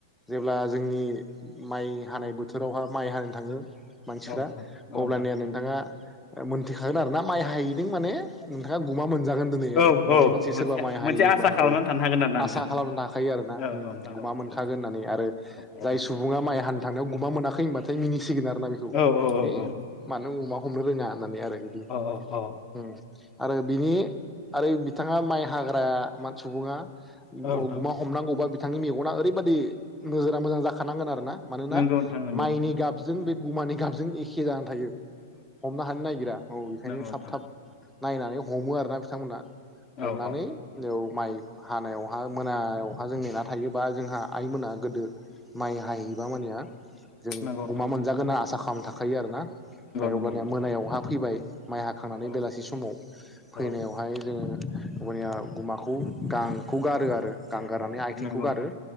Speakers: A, in the centre; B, on the left (about 35°).
A: जेब्ला जोंनि माइ हानाय बोथोरावहा माइ हानो थाङो मानसिफ्रा
B: औ नोंथां औ नोंथां
A: अब्लानिया नोंथाङा मोनथिखागोन आरोना माइ हायैदों माने गुमा मोन जागोन दोनै
B: औ
A: आरो न'नि
B: औ
A: मानसि
B: मोनसे
A: सोरबा माइ
B: मोनसे
A: हाहैदोंबा
B: आसा खालामनानै
A: औ आसा
B: थानो
A: खालामनो थाखायो आरो ना
B: हागोन आरोना
A: गुमा मोनखागोन होननानै आरो
B: नोंथां
A: जाय सुबुङा माइ हानो थांनायाव गुमा मोनाखै खै होनबाथाय मिनिसिगोन आरो ना बेखौ
B: औ नोंथां औ औ औ
A: ए
B: औ नोंथां औ
A: मानो गुमा हमनो रोङा होननानै आरो बिदि
B: औ औ
A: ओम आरो बिनि आरो बिथाङा माइ हाग्रा मान सुबुङा
B: औ नोंथां
A: ओ गुमा हमनांगौबा बि बिथांनि मेगना ओरैबादि नोजोरा मोजां जाखानांगोन आरो ना मानोना
B: नंगौ नोंथां नंगौ
A: माइनि गाबजों बे गुमानि गाबजों एखे जानो थायो हमनो हानो नागिरा औ बेखायनो
B: नंगौ
A: थाब
B: नोंथां
A: थाब नायनानै हमो आरोना बिथांमोनहा
B: नंगौ
A: हमनानै बेयाव माइ हानायाव आ मोनायाव अखा जों नेना थायोबा जोंहा आइमोना गोदो माइ हाहैबा मानेया जों
B: नंगौ
A: गुमा मोनजागोना आसा खाम थाखायो आरो ना। फाय
B: नोंथां
A: अबानिया मोनायावहा फैबाय माइ हाखांनानै
B: औ
A: बेलासि समाव फैनायावहाय
B: औ
A: जोंङो बनिया गुमाखौ गांखौ गारो आरो गां गारां थेंखौ
B: नंगौ
A: गारो
B: नोंथां